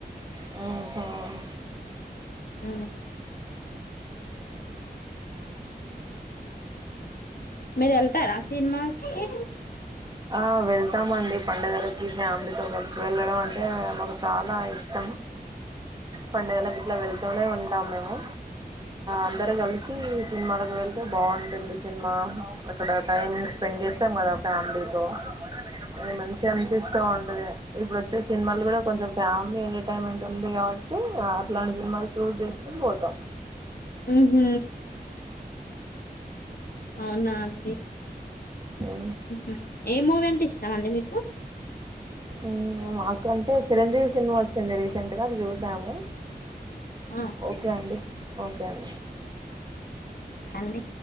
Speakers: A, on the right; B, on the left.
A: హుహుమ్
B: అ మీరు వెళ్తారా సినిమాస్ కి
A: ఆ వెళ్తామండి పండుగల ఈ ఫ్యామిలీతో కలిసి వెళ్ళడం అ అంటే మాకు చాలా ఇష్టం పండుగల గిట్ల వెళ్తూనే ఉంటాము మేము అందరం కలిసి సినిమాలకు వెళ్తే బాగుంటుంది సినిమా అక్కడ టైం స్పెండ్ చేస్తాము కదా ఫ్యామిలీ తో అది మంచి అనిపిస్తూ ఉంటది ఇప్పుడు వచ్చే సినిమాలు కూడా కొంచెం ఫ్యామిలీ ఎంటర్టైన్మెంట్ ఉం ది కాబట్టి అట్లాంటి సినిమాలు షూస్ చేసుకొని పోతాం
B: ఉమ్ అవునా అండి
A: పోతాం
B: ఉ ఏ మూవీ అంటే ఇష్టం అండి మీకు
A: ఉ మాకు అంటే చిరంజీవి సినిమాస్ రీసెంట్ గా చూ సాము
B: ఆ
A: ఓకే అండి ఓకే అండి
B: అండి